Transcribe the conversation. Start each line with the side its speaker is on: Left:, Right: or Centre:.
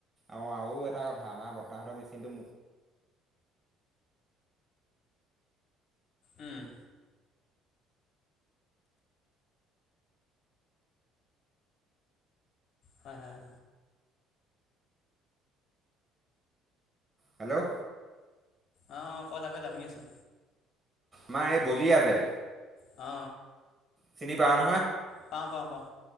Right: অঁ আৰু এটা কথা আমাৰ বৰ্তাহঁতৰ মেচিনটো মোক
Left: উম হয় হয়
Right: হেল্ল'
Left: অ অ ক' যা কৈ যা শুনি আছো
Right: মা এই বল আছে
Left: অ
Right: চিনি প নহা
Left: পা পাওঁ পাওঁ